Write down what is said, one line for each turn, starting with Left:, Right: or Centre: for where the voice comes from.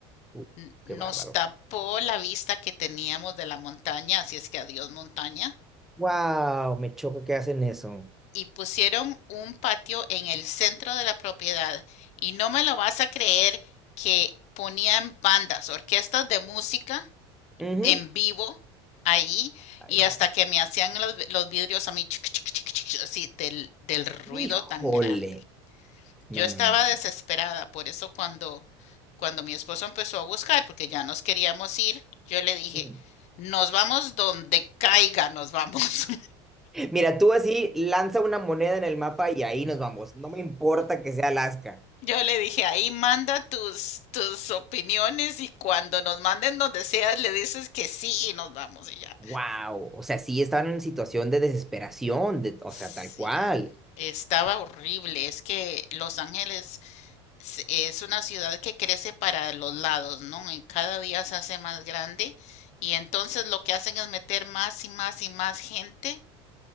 Centre: Uh,
Left: n- nos
Centre: qué bárbaro.
Left: tapó la vista que teníamos de la montaña, así es que adiós montaña,
Centre: Wow, me choca que hacen eso.
Left: y pusieron un patio en el centro de la propiedad. Y no me lo vas a creer que ponían bandas, orquestas de música
Centre: Ujú.
Left: en vivo ahí,
Centre: Ay,
Left: y
Centre: no.
Left: hasta que me hacían los, los vidrios a mí, chic, chic, chic, chic, así del, del ruido
Centre: Híjole.
Left: tan grande. Yo
Centre: No,
Left: estaba
Centre: no, no, no.
Left: desesperada,
Centre: no,
Left: por eso cuando, cuando mi esposo empezó a buscar, porque ya nos queríamos ir, yo le dije,
Centre: no, no.
Left: nos vamos donde caiga, nos vamos. <laughs>
Centre: Mira, tú así lanza una moneda en el mapa y ahí nos vamos. No me importa que sea Alaska.
Left: Yo le dije, ahí manda tus, tus opiniones y cuando nos manden donde sea, le dices que sí y nos vamos y ya.
Centre: Wow. O sea, sí estaban en situación de desesperación, de, o
Left: Sí,
Centre: sea, tal cual.
Left: estaba horrible. Es que Los Ángeles s- es una ciudad que crece para los lados, ¿no? Y cada día se hace más grande y entonces lo que hacen es meter más y más y más gente